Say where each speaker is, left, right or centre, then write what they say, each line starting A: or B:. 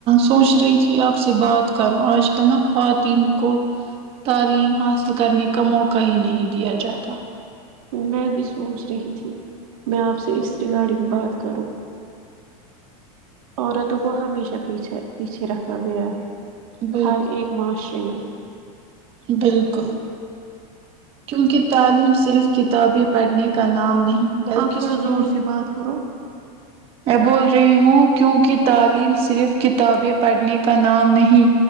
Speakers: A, on the right (about 30°); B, on the right (about 65°).
A: سوچ رہی تھی آپ سے بات کروں آج کل نا خواتین کو تعلیم حاصل کرنے کا موقع ہی نہیں دیا جاتا
B: میں بھی سوچ رہی تھی میں آپ سے اس ریگارڈنگ بات کروں عورتوں کو ہمیشہ پیچھا پیچھے رکھا گیا ہے
A: بالکل
B: ہر ایک معاشرے میں
A: بالکل کیونکہ تعلیم صرف کتابیں پڑھنے کا نام نہیں بلکہ
B: آپ تھوڑا
A: سوچ
B: زور سے بات کرو
A: میں بول رہی ہوں کیوںکہ تعلیم صرف کتابیں پڑھنے کا نام نہیں